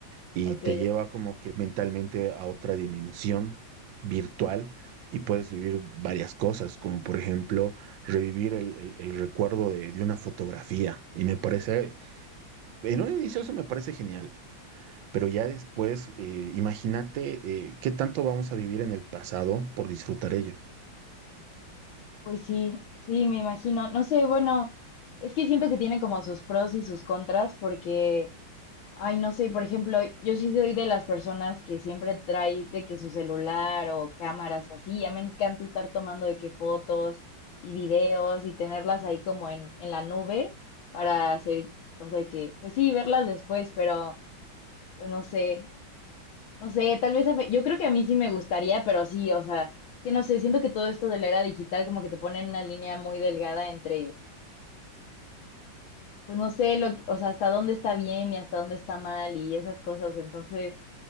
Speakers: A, on the right; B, on the left.
A: y
B: Ok.
A: te lleva como que mentalmente a otra dimensión virtual y puedes vivir varias cosas, como por ejemplo revivir el, el- el recuerdo de, de una fotografía. Y me parece, en un inicio eso me parece genial, pero ya después eh, imagínate eh, qué tanto vamos a vivir en el pasado por disfrutar ello.
B: Pues sí, sí, me imagino. No sé, bueno, es que siento que tiene como sus pros y sus contras porque, ay, no sé, por ejemplo, yo sí soy de las personas que siempre trae de que su celular o cámaras y así, ya me encanta estar tomando de que fotos y videos y tenerlas ahí como en, en la nube para hacer, o sea, que, pues sí, verlas después, pero, pues no sé, no sé, tal vez a ve- yo creo que a mí sí me gustaría, pero sí, o sea, es que no sé, siento que todo esto de la era digital como que te pone en una línea muy delgada entre, pues no sé, lo, que- o sea, hasta dónde está bien y hasta dónde está mal y esas cosas, entonces,